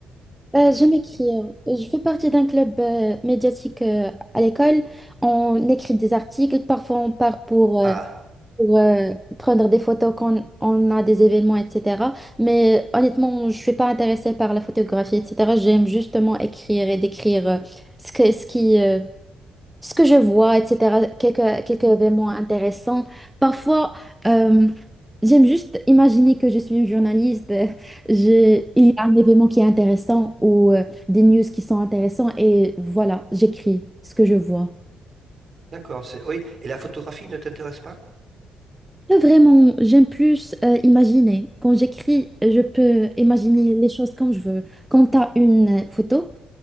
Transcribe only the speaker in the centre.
Euh, j'aime écrire. Je fais partie d'un club euh, médiatique euh, à l'école. On écrit des articles. Parfois, on part pour, euh,
pour, euh, prendre des photos quand on a des événements, etc. Mais honnêtement, je suis pas intéressée par la photographie, etc. J'aime justement écrire et décrire euh, ce que- ce qui, euh, ce que je vois, etc., quelques, quelques événements intéressants. Parfois, euh, j'aime juste imaginer que je suis une journaliste. <laughs> euh, j'ai- il y a un événement qui est intéressant ou euh, des news qui sont intéressants et voilà, j'écris ce que je vois.
Pas vraiment, j'aime plus euh, imaginer. Quand j'écris, je peux imaginer les choses comme je veux. Quand tu as une euh, photo,